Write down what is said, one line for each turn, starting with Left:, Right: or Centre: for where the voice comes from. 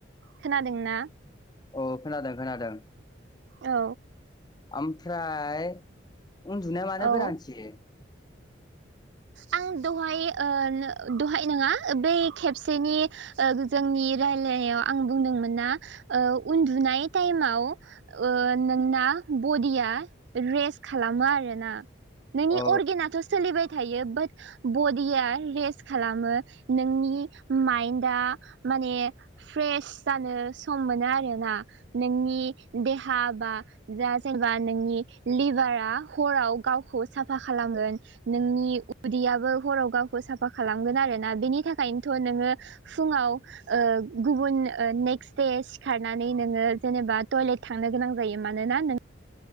Right: खोनादोंना
Left: औ खोनादों खोनादों
Right: औ
Left: ओमफ्राय उन्दुनाया मानो
Right: औ
Left: गोनांथि? <inaudible>
Right: आं दहाय ओ दहाय नङा बै खेबसेनि जोंनि आं बुंदोंमोन ओ उन्दुनाय टाइमाव ओ नोंना बडिया रेस खालामो आरोना नोंनि
Left: अ
Right: अर्गेनाथ सोलिबाय बाड बडिया रेस खालामो नोंनि माइन्दआ माने फ्रेस जानो सम मोनो आरोना नोंनि देहा बा जा जेनेबा नोंनि लिभारा हराव गावखौ साफा खालामगोन नोंनि उदैयाबो हराव गावखौ साफा खालामगोन आरो ना बेनि थाखायनोथ नोङो फुङाव ओ गुबुन नेक्स्ट दे सिखारनानै नोङो जेनेबा टयलेट थांनो गोनां जायो । यो मानोना नों